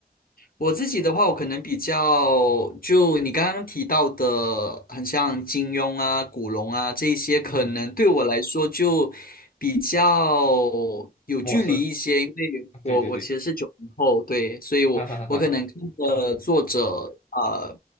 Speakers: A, on the left; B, on the left.
A: 我自己的话，我可能比较就你刚刚提到的，很像金庸啊、古龙啊这一些，可能对我来说就比较有距离一些，
B: 嗯哼，陌生。
A: 因为我我其实是九零后，
B: 啊对对对，
A: 对，所以我我可能看的作者啊，
B: 哈哈哈哈哈。